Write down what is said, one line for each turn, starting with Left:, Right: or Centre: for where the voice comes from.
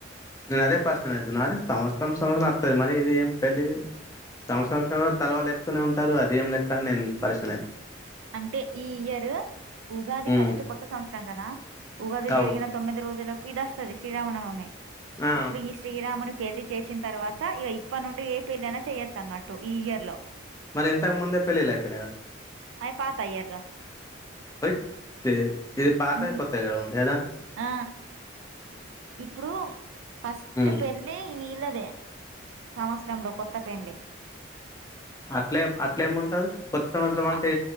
Left: నేను అదే పరిషన్ అవుతున్నా అరే సంవత్సర సంవత్సరం అస్తుంది మరి ఇది ఏం పెళ్ళి సంవత్సరం సంవత్సరం తలవాలు ఎస్తూనే ఉంటారు అది ఏం లెక్క అని నేను పరిశయంన అవుతును
Right: అంటే ఈ ఇయరు ఉగాది
Left: ఉమ్
Right: ఫస్ట్ కొత్త సంవత్సరం కదా ఉగాది
Left: అవు
Right: జరిగిన తొమ్మిది రోజుల కీ దోస్తది శ్రీ రామ నవమీ
Left: ఆ
Right: ఇప్పుడు ఈ శ్రీరామును పెళ్లి చేసిన తర్వాత ఇక ఇప్ప నుండి ఏ పెళ్లైన చెయొచ్చు అన్నట్టు ఈ ఇయర్ లో
Left: మరి ఇంతకు ముందే పెళ్ళిళ్ళు అయిపోయినాగ
Right: అది పాత ఇయర్‌లో.
Left: ఓ దేర్ ఇది పాత
Right: హ్మ్.
Left: కొత్త గ ఉంటాయ దన్
Right: ఆ ఇప్పుడు ఫస్ట్
Left: ఉమ్
Right: పెళ్ళి వీళ్ళదే సంవత్సరంలో కొత్త పెండ్లి
Left: అట్లే అట్లే ఏమి ఉంటది కొత్త సంవత్సరం అంటే
Right: అ